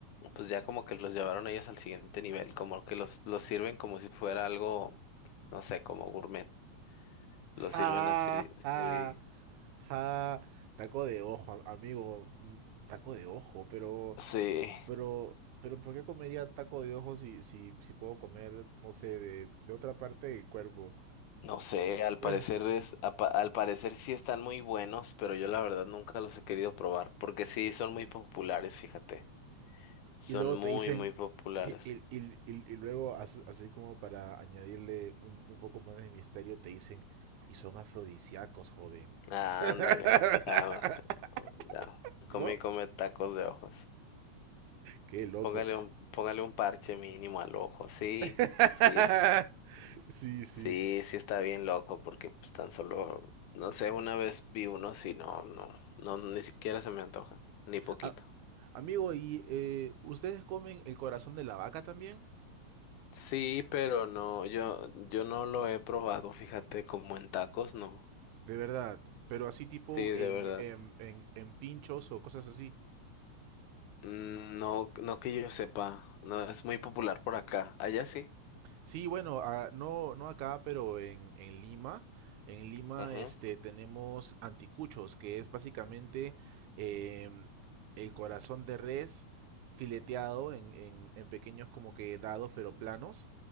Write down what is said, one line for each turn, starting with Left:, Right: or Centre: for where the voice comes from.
Left: pues ya como que los llevaron ellos al siguiente nivel, como que los, los sirven como si fuera algo, no sé, como gourmet, los
Right: Ja,
Left: sirven así.
Right: ja,
Left: Sí.
Right: ja. Taco de ojo, am- amigo. mm, Taco de ojo, pero,
Left: Sí,
Right: pero, pero, ¿por qué comería taco de ojo si, si, si puedo comer, no sé, de, de otra parte del cuerpo?
Left: No sé, al parecer
Right: <laughs>
Left: es, apa- al parecer sí están muy buenos, pero yo la verdad nunca los he querido probar, porque sí son muy populares, fíjate. Son
Right: Y luego
Left: muy,
Right: te dicen,
Left: muy populares.
Right: y, y- y- y- y luego, as- así como para añadirle un, un poco más de misterio, te dicen, y son afrodisíacos, joven.
Left: Ah,
Right: <laughs>
Left: ándale. ah, ya. Come
Right: ¿No?
Left: y come tacos de ojos.
Right: Qué loco.
Left: Póngale un, póngale un parche mínimo al ojo. Sí,
Right: <laughs>
Left: sí, sí.
Right: Sí, sí.
Left: Sí, sí está bien loco, porque pues tan solo, no sé, una vez vi uno, sí, no, no, no, ni siquiera se me antojan, ni poquito.
Right: A- amigo, ¿y eh, ustedes comen el corazón de la vaca también?
Left: Sí, pero no, yo, yo no lo he probado, fíjate, como en tacos, no.
Right: De verdad, pero así tipo
Left: Sí, de
Right: en,
Left: verdad.
Right: en, en, en pinchos o cosas así.
Left: Mm, No, no que yo sepa, no, es muy popular por acá. Allá sí.
Right: Sí, bueno, ah, no, no acá, pero en, en Lima, en Lima
Left: Ajá,
Right: este, tenemos anticuchos, que es básicamente em, el corazón de res fileteado en, en, en pequeños como que dados, pero planos.